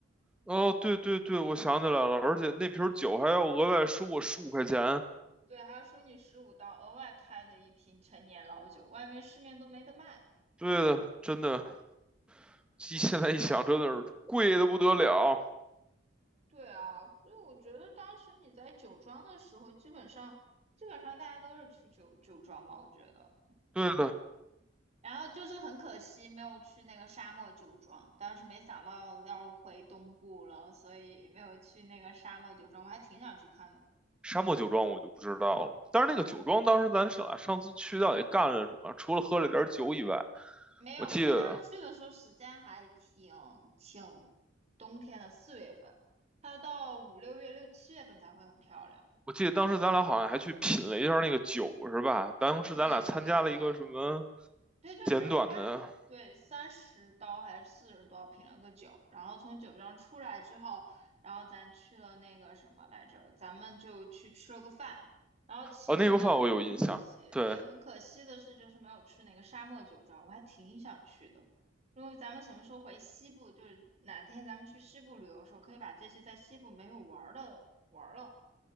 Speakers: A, in the centre; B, on the right.
A: 哦，对对对，我想起来了，而且那瓶儿酒还要额外收我十五块钱。
B: 对，还要收你十五刀额外开的一瓶陈年老酒，外面市面都没得卖。
A: 对的，真的，一现在一想，真的是贵的不得了。
B: 对啊，所以我觉得当时你在酒庄的时候，基本上基本上大家都是去酒酒庄吧，我觉得。
A: 对的，
B: 然后就是很可惜没有去那个沙漠酒庄，当时没想到要回东部了，所以没有去那个沙漠酒庄，我还挺想去看的。
A: 沙漠酒庄我就不知道了，但是那个酒庄当时咱俩上次去到底干了什么？除了喝了点酒以外，
B: 没有，
A: 我记得
B: 因为当时去的时候时间还挺挺冬天的，四月份，它要到五六月、六七月份才会很漂亮。
A: 我记得当时咱俩好像还去品了一下那个酒，
B: 对
A: 是吧？当时咱俩参加了一个什么
B: 对对对，对，就是花，
A: 简短的，
B: 对，三十刀还是四十刀品了个酒，然后从酒庄出来之后，然后咱去了那个什么来着，咱们就去吃了个饭，然后其实呢就很可惜，
A: 哦，那个饭我有印象，对
B: 对，很可惜的是就是没有去那个沙漠酒庄，我还挺想去的。如果咱们什么时候回西部，就是哪天咱们去西部旅游的时候，可以把这些在西部没有玩儿的玩儿了。